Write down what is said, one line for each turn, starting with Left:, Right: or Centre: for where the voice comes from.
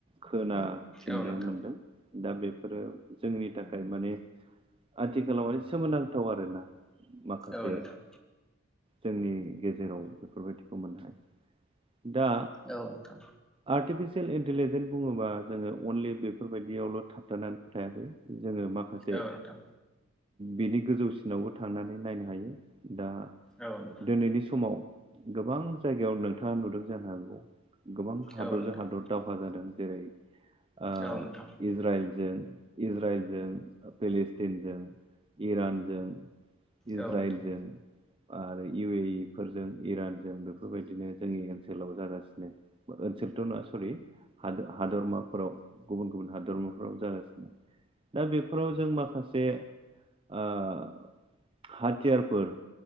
Right: खोनाफिननो
Centre: औ नोंथां
Right: मोनदों। दा बेफोरो जोंनि थाखाय माने आथिखालाव माने सोमोनांथाव आरोना। माखासे
Centre: औ नोंथां।
Right: जोंनि गेजेराव बेफोरबायदिखौ मोननो ह दा
Centre: औ नोंथां
Right: आर्टिफिस सियेल इन्टेलिजेन्स बुङोबा जोङो अनलि बेफोरबायदियावल' थाब खिथानानै थायाखै जोङो माखासे
Centre: औ नोंथां
Right: बिनि गोजौसिनावबो थांनानै नायनो हायो दा
Centre: औ नोंथां
Right: दिनैनि समाव गोबां जायगायाव नोंथाङा नुदों जानो हागौ गोबां हादरजों
Centre: औ नोंथां
Right: हादर दावहा जादों। जेरै ओ
Centre: औ नोंथां
Right: इज्राइल, जों इज्राइल जों फलिस्टिनजों इरानजों इज्राइलजों
Centre: औ नोंथां औ नोंथां
Right: आरो इउ ए इ फोरजों इरानजों बेफोरबायदिनो जोंनि ओनसोलाव जागासिनो। ओनसोलथ' नोङा सरि हाद-हादरमाफोराव गुबुन गुबुन हादोरमाफोराव जागासिनो। दा बेफोराव जों माखासे ओ हाथियारफोर